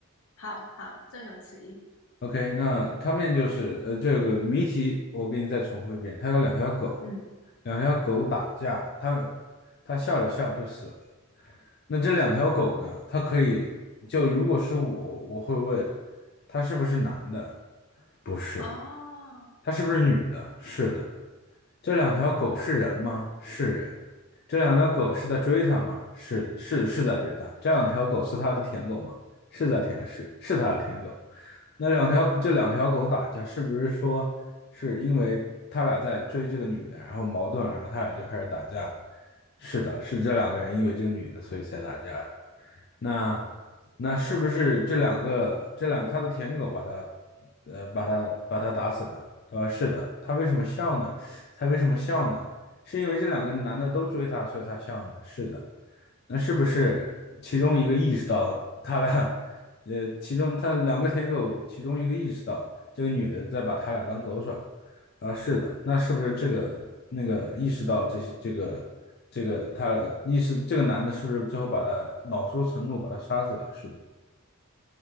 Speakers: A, on the left; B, on the left.
A: 好好，正有此意。
B: OK，那他面就是呃，这个谜题我给你再重复一遍，他有两条狗，
A: 嗯，
B: 两条狗打架，他他笑着笑着就死了。那这两条狗呢，它可以就如果是我，我会问他是不是男的？不是，
A: 哦
B: 他是不是女的？是的。这两条狗是人吗？是人。这两条狗是在追他吗？是是是在追他。这两条狗是他的舔狗吗？是在舔，是是他的舔狗。那两条这两条狗打架，是不是说是因为他俩在追这个女的，然后矛盾了，然后他俩就开始打架是的，是这两个人因为这个女的，所以才打架的。那那是不是这两个这两他的舔狗把他呃把他把他打死的？他说是的。他为什么笑呢？他为什么笑呢？是因为这两个男的都追他，所以他笑吗？是的。那是不是其中一个意识到他俩，呃，其中他两个舔狗，其中一个意识到这个女的在把他俩当狗耍，啊，是的，那是不是这个那个意识到这些这个这个他意识这个男的是不是最后把他恼羞成怒把他杀死了？是的，